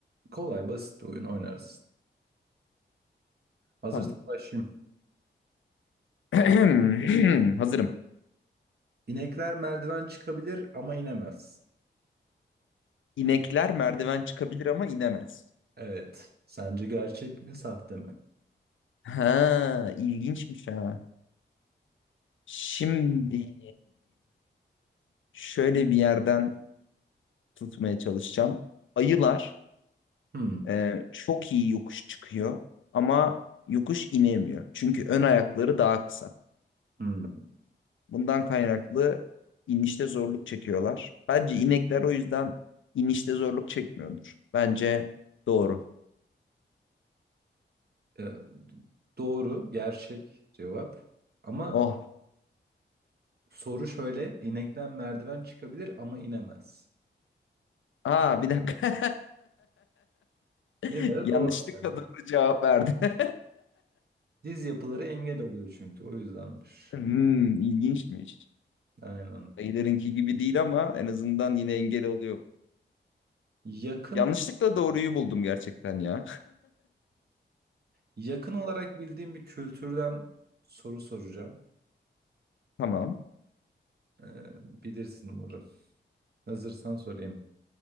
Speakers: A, on the right; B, on the left.
A: Kolay, basit bir oyun oynarsın. Hazırsan
B: Tamam.
A: başlayayım.
B: <clears throat> Hazırım.
A: İnekler merdiven çıkabilir ama inemez.
B: İnekler merdiven çıkabilir ama inemez.
A: Evet. Sence gerçek mi, sahte mi?
B: Ha, ilginçmiş ha. Şimdi şöyle bir yerden tutmaya çalışacağım. Ayılar
A: Hmm.
B: e, çok iyi yokuş çıkıyor ama yokuş inemiyor. Çünkü ön ayakları daha kısa.
A: Hmm.
B: Bundan kaynaklı inişte zorluk çekiyorlar. Bence inekler o yüzden inişte zorluk çekmiyordur. Bence doğru.
A: Ee, doğru, gerçek cevap. Ama
B: Oh.
A: soru şöyle, inekten merdiven çıkabilir ama inemez.
B: Aa bir dakika. <laughs>
A: Yine de
B: Yanlışlıkla
A: doğru. Yani
B: doğru cevap verdi. <laughs>
A: Diz yapıları engel oluyor çünkü o yüzdenmiş.
B: Hmm, ilginçmiş.
A: Aynen.
B: Dayılarınki gibi değil ama en azından yine engel oluyor.
A: Yakın
B: Yanlışlıkla doğruyu buldum gerçekten ya.
A: yakın olarak bildiğim bir kültürden soru soracağım.
B: <laughs> Tamam,
A: Ee, bilirsin umarım. Hazırsan sorayım.